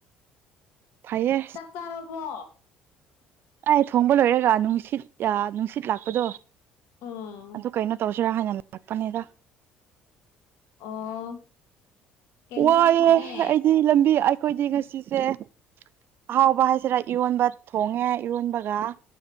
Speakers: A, on the right; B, on the left.
A: ꯐꯩꯌꯦ
B: ꯆ ꯇꯥꯔꯕꯣ
A: ꯑꯩ ꯊꯣꯡꯕ ꯂꯣꯏꯔꯦꯒ ꯅꯨꯡꯁꯤꯠ ꯅꯨꯡꯁꯤꯠ ꯂꯥꯛꯄꯗꯣ
B: ꯎꯝ
A: ꯑꯗꯨ ꯀꯩꯅꯣ ꯇꯧꯁꯤ ꯔ ꯍꯥꯏꯅ ꯂꯥꯛꯄꯅꯦꯗ
B: ꯑꯣ ꯀꯩ ꯌꯦꯟꯁꯥꯡ
A: ꯋꯥꯏꯑꯦ
B: ꯊꯣꯡꯉꯦ
A: ꯑꯩꯗꯤ ꯂꯝꯕꯤ ꯑꯩꯈꯣꯏꯗꯤ ꯉꯁꯤꯁꯦ ꯑꯍꯥꯎꯕ ꯍꯥꯏꯁꯤꯔꯥ ꯏꯔꯣꯟꯕ ꯊꯣꯡꯉꯦ ꯏꯔꯣꯟꯕꯒ